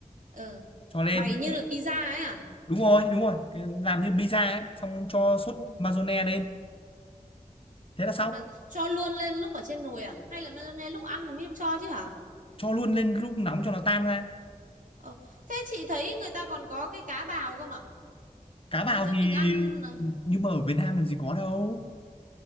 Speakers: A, on the right (about 65°); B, on the left (about 40°).
A: ờ
B: cho lên
A: bày như là pizza ấy à
B: đúng rồi đúng rồi cái, làm như pizza ấy xong cho sốt
A: ừ.
B: mayonnaise lên thế là xong
A: sao mà cho luôn lên lúc ở trên nồi à hay là mayonnaise lúc ăn là mới cho chứ hả
B: cho luôn lên lúc nóng cho nó tan ra
A: ờ. thế chị thấy người ta còn có cái cá bào cơ mà
B: cá bào
A: lần trước
B: thì
A: mình ăn ờ,
B: nhưng mà ở Việt Nam làm gì có đâu